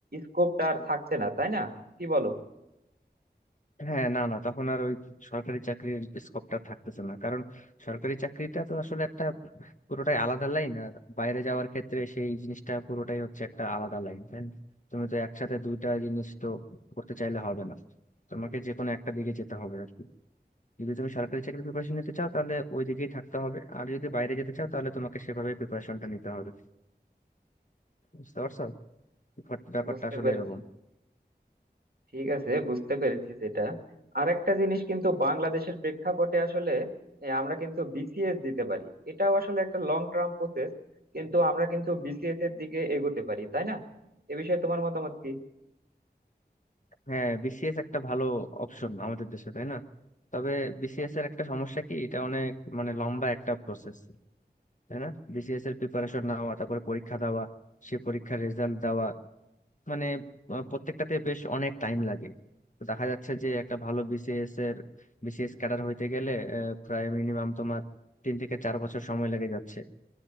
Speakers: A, on the right (about 60°); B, on the left (about 45°).
A: স্কোপটা আর থাকছে না তাই না কি বলো
B: হ্যাঁ না না তখন আর ওই সরকারি চাকরির স্কোপটা থাকতেছে না কারণ সরকারি চাকরিটা তো আসলে একটা পুরোটাই আলাদা লাইন আর বাইরে যাওয়ার ক্ষেত্রে সেই জিনিসটা পুরোটাই হচ্ছে একটা আলাদা লাইন তাই না তুমি তো একসাথে দুইটা জিনিস তো করতে চাইলে হবে না তোমাকে যে কোনো একটা দিকে যেতে হবে আর কি যদি তুমি সরকারি চাকরির প্রিপারেশন নিতে চাও তাহলে ওই দিকেই থাকতে হবে আর যদি বাইরে যেতে চাও তাহলে তোমাকে সেভাবে প্রিপারেশনটা নিতে হবে বুঝতে পারছো ব্যাপারটা ব্যাপারটা
A: বুঝতে
B: আসলে
A: পেরেছি
B: এরকম
A: ঠিক আছে বুঝতে পেরেছি সেটা আর একটা জিনিস কিন্তু বাংলাদেশের প্রেক্ষাপটে আসলে এ, আমরা কিন্তু বিসিএস দিতে পারি এটাও আসলে একটা লং টার্ম প্রসেস কিন্তু আমরা কিন্তু বিসিএস এর দিকে এগোতে পারি তাই না এ বিষয়ে তোমার মতামত কি
B: হ্যাঁ বিসিএস একটা ভালো অপশন আমাদের দেশে তাই না তবে বিসিএস এর একটা সমস্যা কি এটা অনেক মানে লম্বা একটা প্রসেস তাই না বিসিএস এর প্রিপারেশন নেওয়া তারপরে পরীক্ষা দেওয়া সে পরীক্ষার রেজাল্ট দেওয়া মানে আহ, প্রত্যেকটাতে বেশ অনেক টাইম লাগে তো দেখা যাচ্ছে যে একটা ভালো বিসিএস এর বিসিএস ক্যাডার হইতে গেলে আহ, প্রায় মিনিমাম তোমার তিন থেকে চার বছর সময় লেগে যাচ্ছে